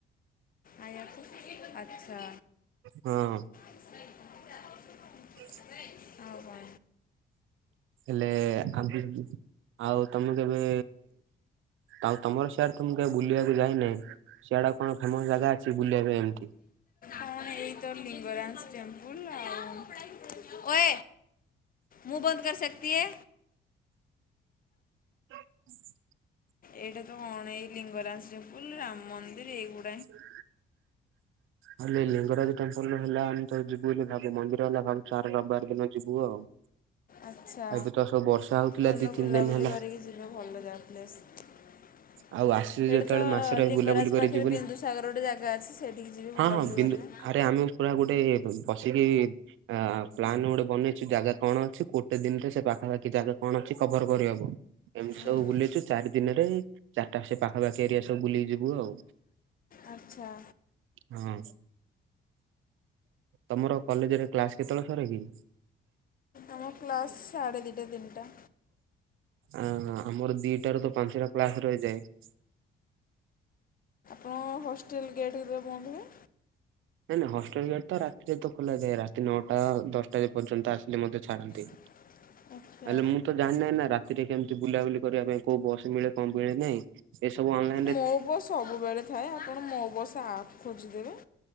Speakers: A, on the left; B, on the right.
A: ଆକୁ ଆଚ୍ଛା।
B: ହଁ।
A: <inaudible>
B: <inaudible>
A: ଆଉ କଣ?
B: ହେଲେ ଆ ଆଉ ତମେ କେବେ ଆଉ ତମର ସିଆଡେ ତ ମୁଁ କେବେ ବୁଲିବାକୁ ଯାଇନାହିଁ। ସିଆ ଡେ କଣ ଫେମସ ଜାଗା ଅଛି ବୁଲିବା ପାଇଁ ଏମିତି
A: କଁ ଏଇ ତ ଲିଙ୍ଗରାଜ ଟେମ୍ପଲ ଆଉ ମୁଁ ବନ୍ଦ କର ସେକ ତିଏ।
B: <inaudible>
A: ଏଇଟା ତ କଣ ଏଇ ଲିଙ୍ଗରାଜ ଟେମ୍ପୁଲ ରାମ ମନ୍ଦିର ଏଇ ଗୁଡା
B: <unintelligible> ହେଲେ ଲିଙ୍ଗରାଜ ଟେମ୍ପୁଲ ହେଲା ଆମେ ତ ଯିବୁ ବୋଲି ଭାବୁ ମନ୍ଦିର ହେଲା ଭାବୁ ସାର ରବିବାର ଦିନ ଯିବୁ ଆଉ।
A: ଆଚ୍ଛା
B: ଏବେ ତ ସବୁ ବର୍ଷା ହଉଥିଲା
A: ଭଲ
B: ଦି ତିନି
A: ବୁଲାବୁଲି
B: ଦିନ ହେଲା
A: କରିକି ଯିବେ ଭଲ ଯାଗା ପ୍ଲେସ୍ ସେଇଟା
B: ଆଉ ଆସିଛୁ ଯେତେବେଳେ
A: ତ
B: ମାସରେ
A: ଲିଙ୍ଗରାଜ
B: ବୁଲାବୁଲି କରି
A: ପାଖରେ
B: ଯିବୁ ନା।
A: ବିନ୍ଦୁସାଗର ଗୋଟେ ଜାଗା ଅଛି। ସେଇଠିକି ଯିବେ ବୁଲାବୁଲି
B: ହଁ, ହଁ ବିନ୍ଦୁ
A: କରିବେ
B: ଆରେ ଆମେ ପୁରା ଗୋଟେ ବସିକି ଆ ପ୍ଲାନ୍ ଗୋଟେ ବନେଇଛୁ ଜାଗା କଣ ଅଛି, ଗୋଟେ ଦିନରେ ସେ ପାଖାପାଖି ଜାଗା କଣ ଅଛି କଭର କରି ବାକୁ। ଏମତି
A: ହୁଁ।
B: ସବୁ ବୁଲିଛୁ ଚାରି ଦିନରେ ଚାରିଟା ସେ ପାଖା ପାଖି ଏରିଆ ସବୁ ବୁଲିକି ଯିବୁ ଆଉ।
A: ଆଚ୍ଛା।
B: ହଁ, ତମର କଲେଜରେ କ୍ଲାସ କେତେବେଳେ ସରେ କି?
A: ଆମ କ୍ଲାସ୍ ସାଢ଼େ ଦୁଇଟା, ତିନି ଟା।
B: ଅ ଆମର ଦିଟା ର ତ ପାଞ୍ଚଟା କ୍ଲାସ ରହିଯାଏ।
A: ହଁ ହଷ୍ଟେଲ୍ ଗେଟ୍ କେତେବେଳେ ବନ୍ଦ ହୁଏ।
B: ନାଇଁ, ନାଇଁ ହଷ୍ଟେଲ ଗେଟ ତ ରାତିରେ ତ ଖୋଲାଯାଏ। ରାତି ନଅଟା, ଦଶଟା ପର୍ଯ୍ୟନ୍ତ ଆସିଲେ ମଧ୍ୟ ଛାଡ଼ନ୍ତି।
A: <unintelligible> ଆଚ୍ଛା
B: ଆଲେ ମୁଁ ତ ଜାଣି ନାଇଁ ନା ରାତିରେ କେମିତି ବୁଲା ବୁଲି କରିବା ପାଇଁ କୋଉ ବସ୍ ମିଳେ କଣ ମିଳେ ନାହିଁ ଏସବୁ ଅନଲାଇ
A: ମୋ ବସ୍ ସବୁବେଳେ ଥାଏ ଆପଣ ମୋ ବସ୍ ଆପ୍ ଖୋଜିଦେବେ।